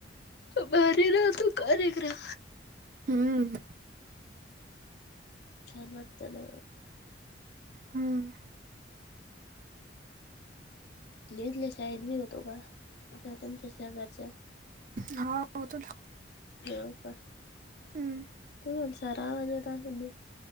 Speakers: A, on the left; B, on the right.
A: भारी राहतो कार्यक्रम.
B: हम्म
A: छान वाटतं ना.
B: हम्म.
A: निेजले शाळेतनं यीऊन. <unintelligible> तुमच्या शेजारच्या.
B: हा. होतो ना.
A: हो का
B: हम्म.
A: तुमाल सरा वाजत असण न.